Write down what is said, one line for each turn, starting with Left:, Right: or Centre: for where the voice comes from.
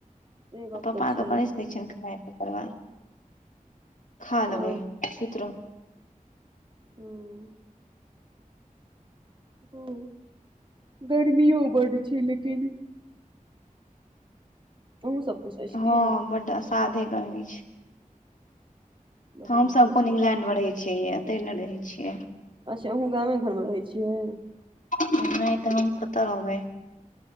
Right: से गप
Left: पप्पा
Right: तऽ छै
Left: के पड़ैस दै छियनि खाय ले ओकर बाद खा
Right: हँ
Left: लेबै सुति रहबै
Right: हूँ हम्म गर्मी हो बड्ड छै लेकिन ओहो सब दिस अछि
Left: हँ
Right: की
Left: बड्ड असाधे गर्मी छै
Right: बड्ड
Left: हमसभ
Right: बेसी
Left: कोन
Right: छै
Left: इंग्लैण्डमे रहैत छियै एतहि नहि रहैत छियै
Right: अच्छा अहूँ गामे घरमे रहैत छियै
Left: नहि तऽ हम कता रहबै